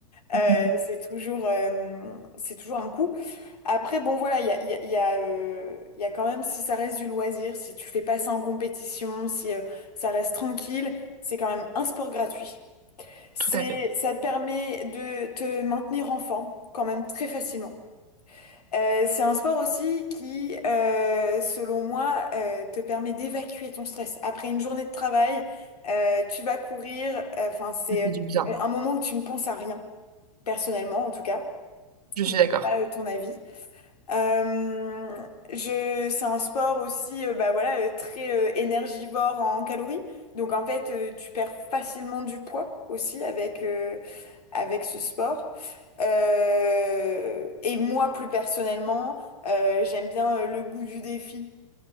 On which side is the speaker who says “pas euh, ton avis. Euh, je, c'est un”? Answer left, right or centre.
Left